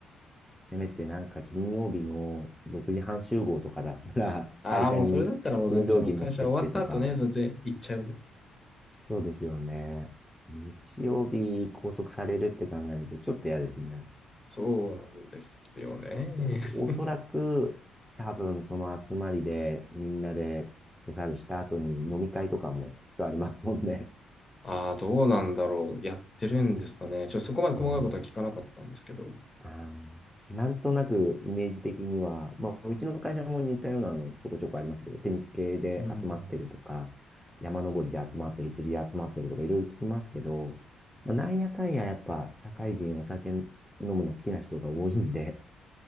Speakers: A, in the centre; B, on the left.
A: せめてなんか金曜日の6時半集合とかだったら、<laughs>
B: ああ、
A: 会社に運動着持ってってとか、
B: もうそれだったらもう全然、もう会社終わった後ね、全然行っちゃうんですけど。
A: そうですよね。日曜日拘束されるって考えるとちょっと嫌ですね。
B: そうなんですよね。
A: でおそらく多分その集まりでみんなでフットサルした後に飲み会とかもきっとありますもんね。
B: <laughs> ああ、どうなんだろう。やってるんですかね。ちょっとそこまで細かいことは聞かなかったんですけど。
A: うんあーなんとなくイメージ的には、まあ、うちの会社も似たようなのちょこちょこありますけど、テニス系で集まってるとか、
B: うん。
A: 山登りで集まってる、釣りで集まってるとか、いろいろ聞きますけど、まあ、なんやかんややっぱ社会人お酒飲むの好きな人が多いんで、